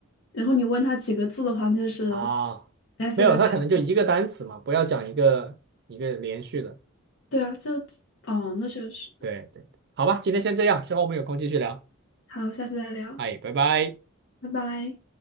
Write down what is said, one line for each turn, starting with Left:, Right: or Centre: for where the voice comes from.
Left: 然后你问他几个字的话，就是
Right: 啊。
Left: 埃菲尔塔。
Right: 没有，它可能就一个单词嘛，不要讲一个一个连续的。
Left: 对啊，就哦，那确实。
Right: 对对，好吧，今天先这样，之后我们有空继续聊。
Left: 好，下次再聊，
Right: 哎，拜拜。
Left: 拜拜。